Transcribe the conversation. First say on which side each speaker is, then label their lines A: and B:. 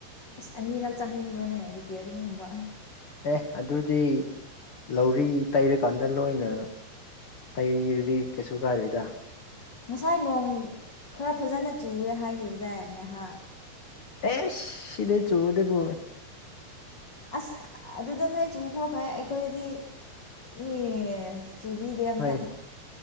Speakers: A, on the left; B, on the left.
A: ꯑꯁ ꯑꯅꯤꯔꯛ ꯆꯪꯅꯤꯡꯕ꯭ꯔꯣꯅꯦ ꯔꯤꯄꯤꯦꯌꯔꯤꯡꯒꯨꯝꯕ
B: ꯑꯦ ꯑꯗꯨꯗꯤ ꯂꯧꯔꯤ ꯇꯩꯔꯀꯥꯟꯗ ꯂꯣꯏꯅ ꯇꯗꯨꯗꯤ ꯀꯩꯁꯨ ꯀꯥꯗꯣꯏꯗ
A: ꯉꯁꯥꯏ ꯅꯣꯡ ꯈꯔ ꯐꯖꯅ ꯆꯨꯋꯦ ꯍꯥꯏꯈꯤꯕꯗꯥꯏ ꯉꯥꯏꯍꯥꯛ
B: ꯑꯦ ꯁꯤꯗ ꯆꯧꯗ ꯄꯣ
A: ꯑꯁ ꯑꯗꯨꯗ ꯅꯣꯏ ꯆꯕ ꯐꯩ ꯑꯩꯈꯣꯏꯗꯗꯤ ꯃꯤ ꯆꯨꯕꯤꯗꯦ ꯑꯝꯇ
B: ꯍꯣꯏ